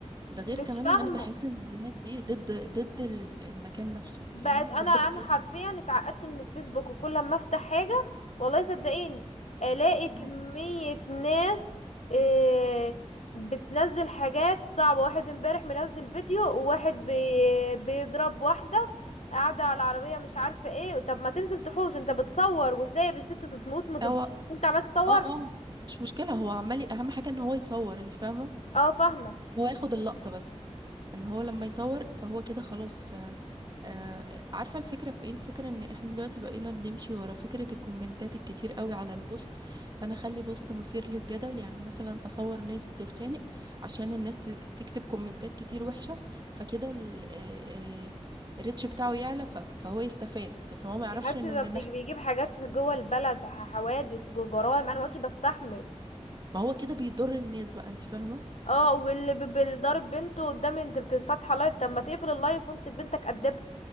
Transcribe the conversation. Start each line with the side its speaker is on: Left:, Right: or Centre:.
Right: ده غير
Left: مش
Right: كمان
Left: فاهمة
Right: ان انا بحس ان الفيديوهات دي ضد ضد ال- المكان نفسه
Left: بقت
Right: فاهمه
Left: انا
Right: ضد
Left: انا
Right: البلد
Left: حرفيا
Right: نفسها.
Left: اتعقدت من الفيسبوك وكل ما افتح حاجة والله صدقيني الاقي
Right: اه
Left: كمية ناس آه، بتنزل حاجات صعبة واحد امبارح منزل فيديو وواحد بي بيضرب واحدة قاعدة على العربية مش عارفة ايه طب ما تنزل تحوش انت بتصور وسايب الست تموت ما تض-
Right: هو
Left: وانت عمال تصور
Right: اه اه مش مشكله هو عمال اهم حاجه ان هو يصور انت فاهمه
Left: اه فاهمة
Right: إن هو ياخد اللقطه بس ان هو لما يصور فهو كده خلاص آه، آه، عارفة الفكرة في ايه الفكرة ان احنا دلوقتي بقينا بنمشي ورا فكرة الكومنتات الكتير قوي على البوست فانا اخلي بوست مثير للجدل يعني مثلا اصور ناس بتتخانق عشان الناس ت- تكتب كومنتات كتير وحشة فكده ال- آه، آه، الريتش بتاعه يعلى ف- فهو يستفاد بس ما هو ما يعرفش
Left: يا حبيبتي
Right: انه
Left: ده
Right: من
Left: بتيجي-
Right: الناحية
Left: بيجيب
Right: التانية
Left: حاجات جوه البلد ح- حوادث جوه جرائم انا ما عدتش بستحمل
Right: ما هو كده بيضر الناس بقى انت فاهمة
Left: اه واللي ب- بيضرب بنته قدام انت بت- فاتحه لايف طب ما تقفل اللايف وامسك بنتك قدبها